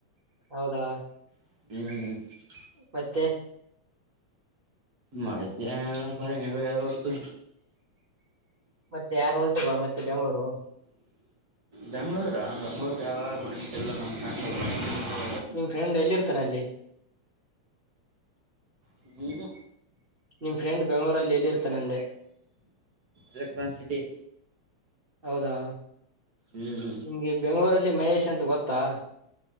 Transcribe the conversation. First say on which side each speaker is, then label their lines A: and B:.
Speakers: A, on the right; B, on the right.
A: ಹೌದಾ
B: ಹ್ಮ
A: ಮತ್ತೆ
B: ಮತ್ತೇನು ಇಲ್ಲಪ ನೀವೇ ಹೇಳ್ಬೇಕು
A: ಮತ್ತೆ ಯಾರು ಒಂಟಿಲ್ಲ ಮತ್ತೆ ಬೆಂಗ್ಳೂರು
B: ಬೆಂಗ್ಳೂರ ಬೆಂಗ್ಗಳೂರು ಯಾವಾರು ಒಂಟಿಲ್ಲ ನಮ್ಮ ಬಂಗ್ಳೂ
A: ನಿಮ್ ಫ್ರೆಂಡ್ ಎಲ್ಲಿ ಇರ್ತಾನ ಅಲ್ಲಿ
B: ಹ್ಮ
A: ನಿಮ್ ಫ್ರೆಂಡ್ ಬೆಂಗಳೂರಲ್ಲಿ ಎಲ್ಲಿ ಇರ್ತಾನ ಅಂದೆ
B: ಎಲೆಕ್ಟ್ರಾನ್ ಸಿಟಿ
A: ಹೌದಾ
B: ಹ್ಮ್
A: ನಿಮ್ಗೆ ಬೆಂಗಗಳೂರಲ್ಲಿ ಮಹೇಶ್ ಅಂತ ಗೊತ್ತಾ